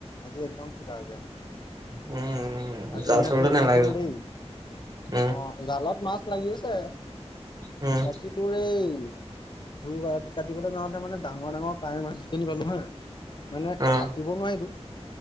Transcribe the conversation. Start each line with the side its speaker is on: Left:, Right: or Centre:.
Left: আজি একদম চিকাৰ বেয়া।
Right: উম।
Left: আজি
Right: জাল
Left: মানে
Right: চালটো
Left: তোৰ
Right: নালাগিলে
Left: কি হ'ল দেই,
Right: উম
Left: অ', জালত মাছ লাগিছে,
Right: উম
Left: বাকী তোৰ এই জোৰ কাটিবলৈ যাওঁতে মানে ডাঙৰ ডাঙৰ কাৱৈ মাছ যখিনি পালো হা মানে
Right: অ
Left: কাটিব নোৱাৰিলো,